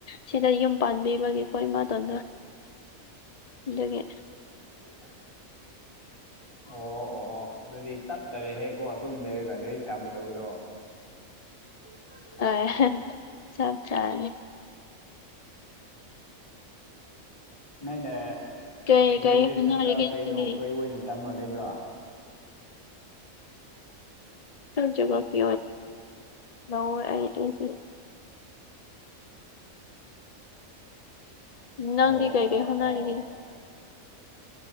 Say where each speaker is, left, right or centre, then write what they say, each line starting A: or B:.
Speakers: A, on the left; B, on the left.
A: ꯁꯤꯗ ꯌꯨꯝ ꯄꯥꯟꯕꯤꯕꯒꯤꯀꯣ ꯏꯃꯥꯇꯣꯟꯗ ꯗꯨꯒꯤ
B: ꯎ ꯑꯣ ꯑꯣ ꯑꯣ ꯑꯗꯨꯗꯤ ꯆꯠꯇꯔꯦꯍꯦꯀꯣ ꯑꯗꯨꯝ ꯂꯩꯔꯒ ꯂꯩꯔꯤꯛ ꯇꯝꯒꯨꯗꯕꯗꯣ ꯎꯝ
A: ꯑ ꯆ ꯆꯔꯦ
B: ꯅꯪꯅꯦ
A: ꯀꯩ ꯀꯩ
B: ꯒ꯭ꯔꯦꯖꯨꯑꯦꯁꯟꯗ
A: ꯍꯣꯠꯅꯔꯤꯒꯦ
B: ꯀꯩꯅꯣ
A: ꯅꯪꯗꯤ
B: ꯀꯔꯤ ꯑꯣꯏꯅ ꯇꯝꯃ ꯂꯩꯕ꯭ꯔꯣ
A: ꯖꯣꯒꯐꯤ ꯂꯧꯋꯦ ꯑꯩ ꯅꯪꯗꯤ
B: ꯑꯣ
A: ꯀꯩ
B: ꯑꯣ
A: ꯀꯩ
B: ꯑꯣ
A: ꯍꯣꯠꯅꯔꯤꯒꯦ
B: ꯑꯣ